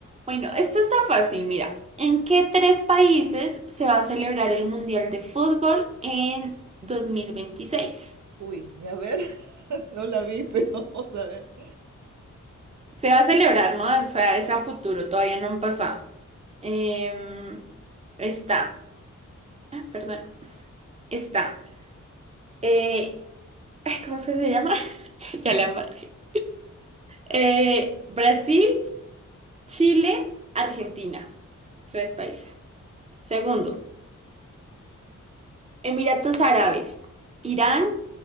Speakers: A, on the right; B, on the right.
A: Bueno, esto está fácil, mira. ¿En qué tres países se va a celebrar el Mundial de Fútbol en dos mil veintiséis
B: Uy, a ver, <laughs> no la vi, pero vamos a ver.
A: Se va a celebrar, ¿no? O sea, es a futuro, todavía no han pasado. Em, está, ah, perdón, está. eh, ay, ¿cómo es que se llama? <laughs> Ya, ya la embarré. Eh, Brasil, Chile, Argentina. Tres países. Segundo. Emiratos Árabes, Irán